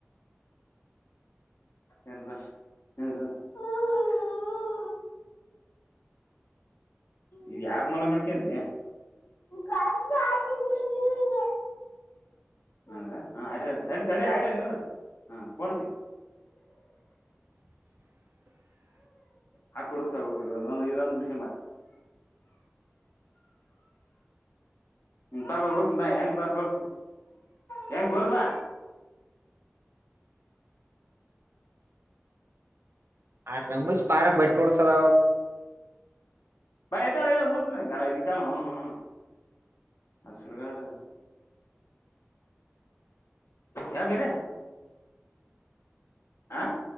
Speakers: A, on the left (about 65°); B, on the right (about 65°).
A: ಅಲ್ವಾಸ <unintelligible> ಇ ಯಾಕ ಮಲ ಮಡಿಕೇಡಿ ಘಟ್ಟ ಹಾಕಿದಿ ನೀನು ಹ ಹ ಆ ತಡೆ ಆಟೇ ನಿಂದರ ಹ ಕಡ್ಸಿ
B: <inaudible>
A: ಹಾ ಕೊಡಸ್ತ ಹೋಗ ಇದೊಂದು ಉನಸಾಕೊಂಬ ಪಾ ಉರುಷ ಬಾ ಹೆಂಗ ಬಾ ತೋರ್ರಿಸ ಹೆಂಗ ತೋರ್ಸಾ
B: ಆಟ ರಂಬಸ್ ಪಾರ ಬಟ್ಟು ಡ ಸದ
A: ಬ ಎತ ಇ ಉಡಸ ಕಾನ ಇದು ಕಾನ ಹನು ಹಸುರಗಡ ಯಾಕ ಲೇ ಹ